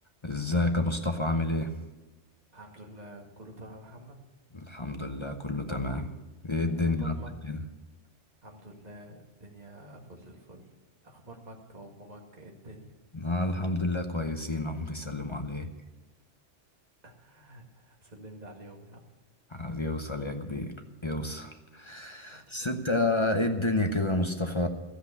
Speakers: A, on the left (about 25°); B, on the right (about 35°).
A: ازيك يا مصطفى عامل ايه؟
B: الحمد لله كله تمام يا محمد
A: الحمد لله كله تمام ايه الدنيا
B: اخبار
A: عندك
B: مكة
A: كده؟
B: الحمد لله الدنيا فل الفل اخبار مكة وام مكة ايه الدنيا
A: آه الحمد لله كويسين هم بيسلموا عليك
B: <laughs> سلم لي عليهم يا عم
A: عايز يوصل يا كبير يوصل
B: خلصان
A: بس انت ايه الدنيا كده يا مصطفى